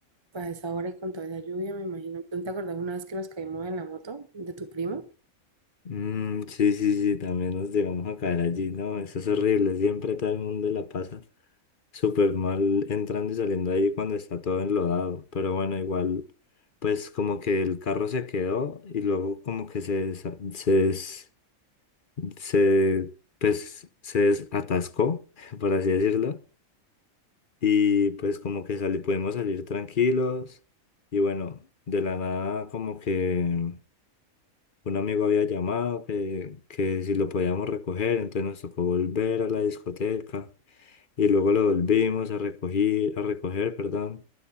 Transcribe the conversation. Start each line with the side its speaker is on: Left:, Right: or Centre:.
Right: a esa hora y con toda esa lluvia, me imagino. ¿Tú te acordás una vez que nos caímos en la moto de tu primo?
Left: Mm, sí, sí, sí, también nos llegamos a caer allí, ¿no? Eso es horrible, siempre todo el mundo la pasa súper mal entrando y saliendo ahí cuando está todo enlodado, pero bueno, igual, pues como que el carro se quedó y luego como que se, desa- se, des- se, pues, se desatascó, <laughs> por así decirlo, y pues como que sali- pudimos salir tranquilos y bueno, de la nada como que... un amigo había llamado que, que si lo podíamos recoger, entonces nos tocó volver a la discoteca y luego lo volvimos a recoger, a recoger, perdón,